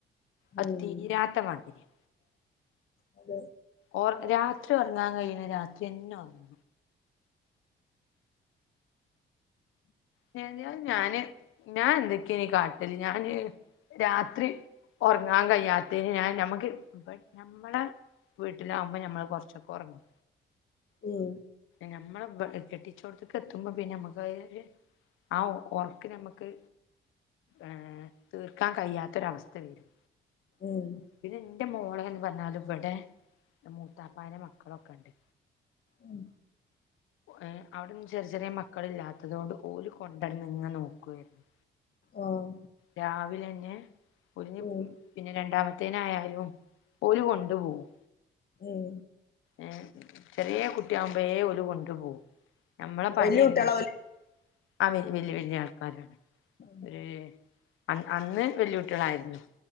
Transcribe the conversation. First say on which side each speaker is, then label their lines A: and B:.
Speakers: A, on the left; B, on the left.
A: അത്
B: ഉം
A: തീരാത്ത മാതിരിയാ
B: അതെ
A: ഓർ രാത്രി ഉറങ്ങാൻ കഴിഞ്ഞ രാത്രി എന്നെഓറങ്ങ <unintelligible> ഞാന് ഞാൻ എന്തൊക്കെയ ഇനി കാട്ടല് ഞാന് രാത്രി ഉറങ്ങാൻ കഴിയാത്തന് ഞാൻ നമുക്ക് <unintelligible> ഞമ്മളെ വീട്ടിലാകുമ്പോ നമ്മള് കൊറച്ചൊക്കെ ഒറങ്ങും
B: ഉം
A: ഞമ്മെളെ ഇവകെട്ടിച്ചോടത്തക്ക് എത്തുമ്പോ പിന്നെ നമ്മുക്ക് ഒരു ആ ഒറക്ക് നമുക്ക് ഏഹ് തീർക്കാൻ കഴിയാത്തൊരവസ്ഥ വരും
B: ഉം
A: പിന്നെ എന്റെ മോളെ എന്ന് പറഞ്ഞാൽ ഇവിടെ മൂത്താപ്പാന്റെ മക്കളൊക്കെ ഉണ്ട്
B: ഉം
A: ഏഹ് അവിങ്ങും ചെറിയ ചെറിയ മക്കള് ഇില്ലാത്തതൊണ്ട് ഓര്കൊണ്ടുവരന്ന് ഇങ് നോക്കുയിരുന്നു
B: ആഹ്
A: രാവിലെന്നെ <unintelligible>
B: ഉം
A: പിന്നെ രണ്ടാമത്തേനായാലും ഒരു കൊണ്ട് പോകും
B: ഉം
A: ഏഹ് ചെറിയ കുട്ടിയാകുമ്പേഴെ ഓര് കൊണ്ടു പോകും ഞമ്മളെ പണി
B: വല്യ
A: ഏകദേശം
B: കുട്ടികളാവൂലേ
A: ആഹ് വലിയ വലിയ ആൾക്കാരാണ്
B: ഉം
A: ഒരു അ അന്ന് വെല്ലുകുട്ടികളായിരുന്നു